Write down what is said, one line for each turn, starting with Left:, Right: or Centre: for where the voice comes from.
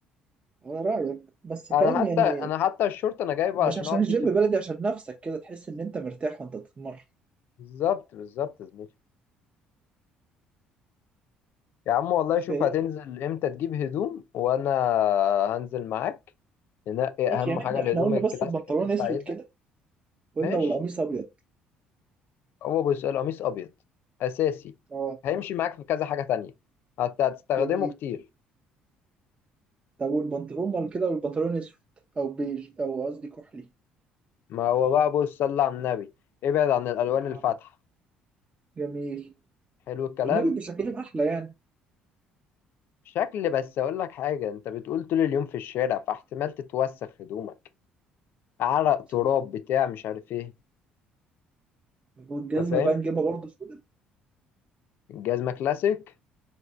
Right: على رأيك بس
Left: انا
Right: فاهم
Left: حتى
Right: يعني
Left: انا حتى الشورت انا جايبه
Right: مش
Left: علشان
Right: عشان
Left: اقعد
Right: الجيم
Left: بيه في
Right: بلدي
Left: البيت
Right: عشان نفسك كده تحس ان انت مرتاح وانت بتتمرن
Left: بالظبط بالظبط يا زميلي يا عم والله شوف
Right: فايه
Left: هتنزل امتى تجيب هدوم وانا هنزل معاك ننقي
Right: ماشي
Left: اهم
Right: يعني
Left: حاجه
Right: احنا
Left: الهدوم
Right: احنا قلنا
Left: الكلاسيك
Right: بس البنطلون
Left: اللي انت
Right: اسود
Left: عايزها
Right: كده قلنا
Left: ماشي
Right: والقميص ابيض
Left: هو بص القميص ابيض اساسي
Right: اه
Left: هيمشي معاك في كذا حاجه تانية هت- هتستخدمه
Right: جميل
Left: كتير
Right: طب والبنطلون مال كده والبنطلون اسود او بيج او قصدي كحلي
Left: ما هو بقى بص صلى على النبي ابعد عن الالوان
Right: اه
Left: الفاتحه
Right: جميل
Left: حلو الكلام
Right: النبي بيبقى شكلهم احلى يعني
Left: شكل بس اقول لك حاجه انت بتقول طول اليوم في الشارع فاحتمال تتوسخ هدومك عرق
Right: صح.
Left: تراب بتاع مش عارف ايه
Right: والجزمه
Left: انت فاهم
Right: بقى نجيبها برضه سودا
Left: الجزمه كلاسيك